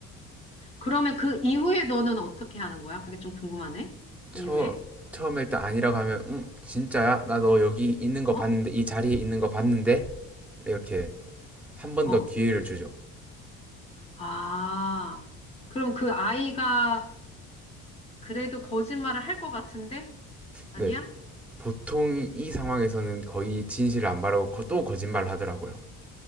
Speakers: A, on the left; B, in the centre.
A: 그러면 그 이후에 너는 어떻게 하는 거야? 그게 좀 궁금하네.
B: 처음
A: 이후에?
B: 처음에 일단 아니라고 하면 음, 진짜야? 나 너 여기 있는 거
A: 어?
B: 봤는데 이 자리에 있는 거 봤는데 이렇게 한 번
A: 어.
B: 더 기회를 주죠.
A: 아. 그럼 그 아이가 그래도 거짓말을 할 것 같은데? 아니야?
B: 네, 보통 이 상황에서는 거의 진실을 안 말하고 거- 또
A: 응.
B: 거짓말을 하더라고요.